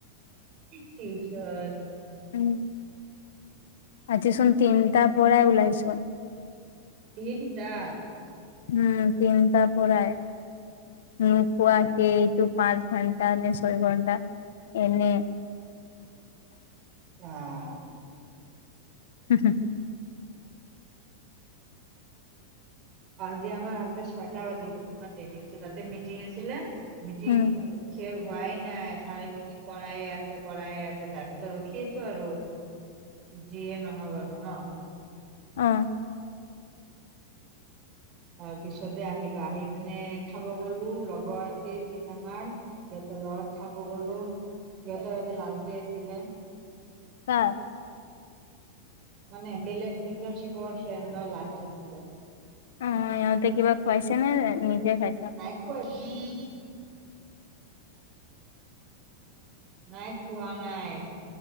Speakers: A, on the right (about 30°); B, on the left (about 85°).
A: টিউচন।
B: উম, আজিচোন তিনিটা পৰা ওলাইছোঁ।
A: ই দুটা।
B: উম তিনিটা পৰাই, উম খোৱা
A: বা
B: কে এইটো পাঁচ ঘণ্টা নে ছয় ঘণ্টা এনে
A: অহ
B: হু‌ হুম
A: আজি আমাৰ ৰাতি ছয়টা বাজি গল ইমান দেৰি হৈছে তাতে মিটিং আছিলে মিটিং
B: উম
A: শেষ হোৱাই নাই ছাৰে মিটিং কৰাই আছে কৰাই আছে তাৰপিছত ৰখি আছো আৰু যিয়ে নহওঁক আৰু ন
B: অহ
A: তাৰ পিছতে আহিলো আহি পিনে খাব গলো লগৰ আছিল কেইটামান সিহঁতৰ লগত খাব গলোঁ সিহঁতৰ আজি লাষ্ট ডে আছিলে
B: কাৰ
A: মানে বেলেগ ইণ্টাৰ্নশ্বিপৰ ফ্ৰেণ্ডৰ লাষ্টডে আছিলে
B: অহ ইহঁতে কিবা খুৱাইছে নে নিজে খাইছা
A: নাই খুৱাই নাই খোৱা নাই